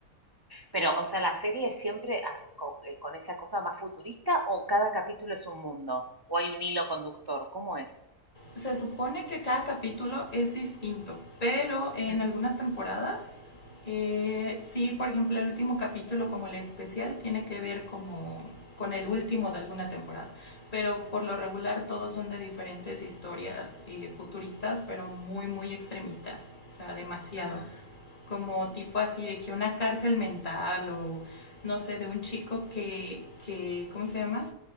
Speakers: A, on the right; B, on the left.
A: Pero, o sea, la serie siempre así, co- eh, con, esa cosa más futurista o cada capítulo es un mundo o hay un hilo conductor, ¿cómo es?
B: se supone que cada capítulo es distinto, pero en
A: Mm.
B: algunas temporadas, eh, sí, por ejemplo, el último capítulo como el especial tiene que ver como con el último de alguna temporada, pero por lo regular todos son de diferentes historias eh, futuristas, pero muy, muy extremistas, o sea, demasiado,
A: Ah,
B: como tipo así de que una cárcel mental o no sé, de un chico que, que ¿cómo se llama?